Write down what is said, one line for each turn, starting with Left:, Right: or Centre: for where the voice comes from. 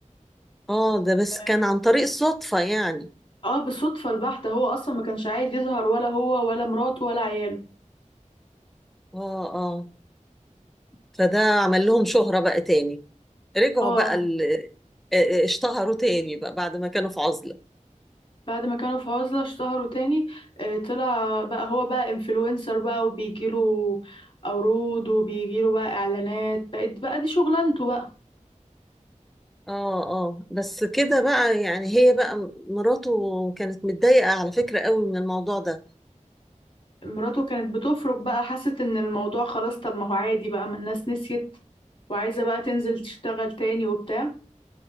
Centre: اه ده بس
Left: آه،
Centre: كان عن طريق الصدفة يعني
Left: اه بالصدفة البحتة هو اصلا ما كانش عايز يظهر ولا هو ولا مراته ولا عياله
Centre: اه اه فده عمل لهم شهرة بقى تاني رجعوا
Left: اه
Centre: بقى ال... آه، آه، اشتهروا تاني بقى بعد ما كانوا في عزلة
Left: بعد ما كانوا في عزلة اشتهروا تاني آه طلع بقى هو بقى انفلونسر بقى وبيجيله عروض وبيجيله بقى اعلانات بقت بقى دي شغلانته بقى
Centre: اه اه بس كده بقى يعني هي بقى م- مراته كانت متضايقة على فكرة قوي من الموضوع ده
Left: مراته كانت بتفرج بقى حست ان الموضوع خلاص طب ما هو عادي بقى ما الناس نسيت وعايزة بقى تنزل تشتغل تاني وبتاع